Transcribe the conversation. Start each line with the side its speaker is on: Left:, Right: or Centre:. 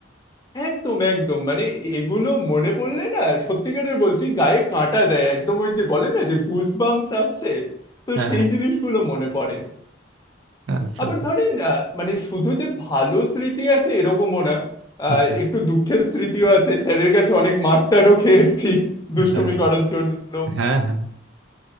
Left: একদম একদম মানে এগুলো মনে পড়লে না সত্যিকারের বলছি গায়ে কাঁটা দেয় একদম ওই যে বলে না যে গুজবাম্পস আসছে তো
Right: হ্যাঁ
Left: সেই
Right: হ্যাঁ
Left: জিনিসগুলো মনে পড়ে
Right: আচ্ছা
Left: আবার ধরেন আহ, মানে শুধু যে ভালো স্মৃতি আছে এরকমও না আহ,
Right: আচ্ছা
Left: একটু দুঃখের স্মৃতিও আছে স্যারের কাছে অনেক মারটারও খেয়েছি দুষ্টুমি
Right: হ্যাঁ
Left: করার জন্য
Right: হ্যাঁ হ্যাঁ